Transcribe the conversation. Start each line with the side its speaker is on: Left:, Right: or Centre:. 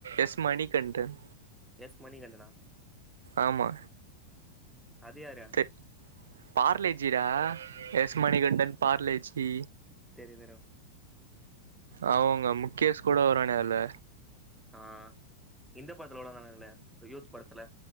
Right: எஸ் மணிகண்டன்
Centre: எஸ் மணிகண்
Right: ஆமா
Centre: அது யாரு
Right: தெ பார்லேஜிடா எஸ்மணி கண்டன் பார்லேஜி
Centre: தெரியும் தெரியும்
Right: அ உங்க முக்கேஷ் கூட வருவானே அதுல்ல
Centre: ஆ இந்த படத்துல கூட வருவான்னுங்களே யூத் படத்துல